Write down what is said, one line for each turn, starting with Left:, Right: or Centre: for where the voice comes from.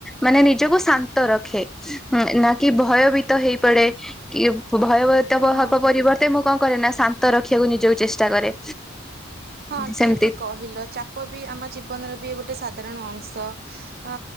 Centre: ମାନେ ନିଜକୁ ଶାନ୍ତ ରଖେ ନା କି ଭୟଭୀତ ହେଇପଡେ କି ଭୟବହତା
Right: ହଁ
Centre: ବହଃ ପରିବର୍ତ୍ତେ ମୁଁ କ କରେ ନା ଶାନ୍ତ ରଖିଆକୁ ନିଜକୁ ଚେଷ୍ଟା କରେ।
Right: ହଁ
Centre: ସେମିତି
Right: ଠିକ ବି କହିଲ ଚାପ ବି ଆମ ଜୀବନର ବି ଗୋଟେ ସା ଧାରଣ ଅଂଶ ଅ